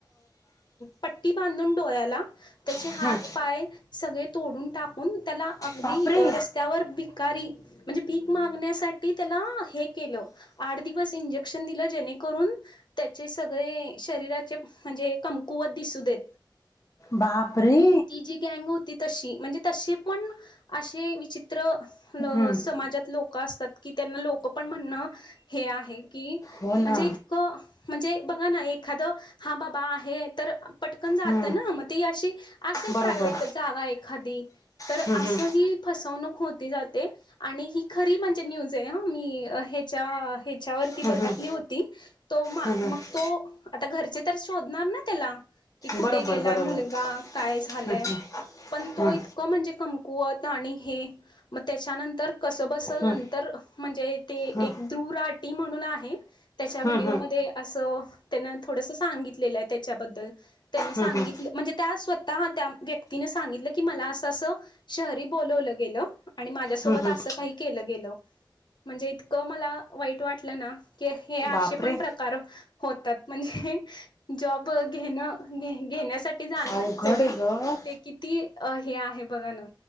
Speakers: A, on the left; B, on the left.
A: पट्टी बांधून डोळ्याला त्याचे
B: हम्म
A: हात, पाय सगळे. तोडून टाकून त्याला अगदी
B: बापरे
A: रस्त्यावर भिकारी म्हणजे भीक मागण्यासाठी त्याला हे केलं आठ दिवस इंजेक्शन दिलं जेणे करून. त्याचे सगळे शरीराचे म्हणजे कमकुवत दिसू देत.
B: बापरे
A: ती जी गॅंग होती तशी म्हणजे तसे पण असे विचित्र. विचित्र ल
B: हम्म
A: समाजात लोकं असतात की त्यांना लोकं पण म्हणणं हे आहे की.
B: हो
A: म्हणजे
B: ना
A: इतकं म्हणजे बघा ना एखादं हा बाबा आहे तर. पटकन जात
B: हा
A: ना मग ती अशी असेल जागा
B: बरोबर
A: प्रायव्हेट एकादी तर
B: हं
A: असं.
B: हं
A: ही फसवणूक होती जाते आणि ही खरी म्हणजे न्यूज मी ह्या. ह्याच्यावरती बघितली
B: हं हं
A: होती तो मा
B: हं हं
A: मग तो आता घरचे तर शोधणार ना? त्याला की कुठे
B: बरोबर
A: गेलाय
B: बरोबर
A: मुलगा? काय झालाय?
B: हं
A: पण
B: हं
A: तो इतक म्हणजे कं पत आणि हे मग त्याच्यानंतर कस बसल
B: हं
A: नंतर म्हणजे ते
B: हं
A: एक
B: हं हं
A: दुराटी म्हणून आहे. त्याच्या व्हिडिओमध्ये
B: हं
A: असं त्यान थोडस सांगितलेलं आहे त्याच्याबद्दल. त्यान सांगितलं
B: हं हं
A: म्हणजे त्या स्वतः त्या व्यक्तीने सांगितलं की मला असं असं शहरी बोलवलं गेलं आणि माझ्यासोबत
B: हं हं
A: असं काही केलं गेलं. म्हणजे इतकं मला वाईट वाटलं ना की हे असे
B: बापरे
A: पण प्रकार होतात. म्हणजे जॉब घेणं घेण्यासाठी जाणव
B: अवघड
A: जरी
B: आहे ग
A: ते किती हे आहे बघा ना.